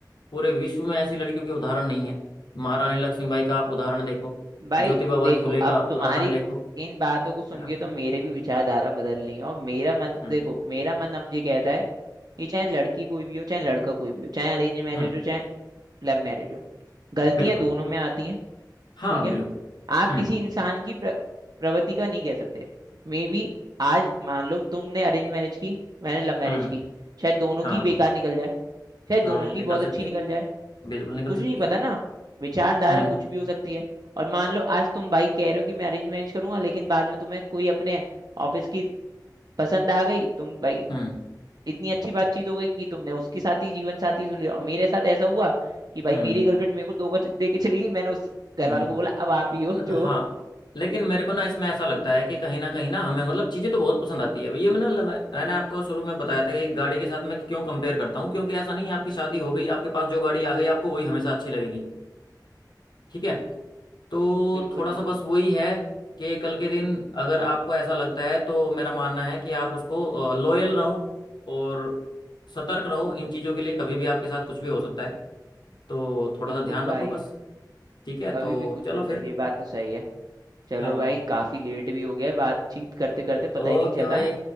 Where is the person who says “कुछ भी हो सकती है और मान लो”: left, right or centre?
Right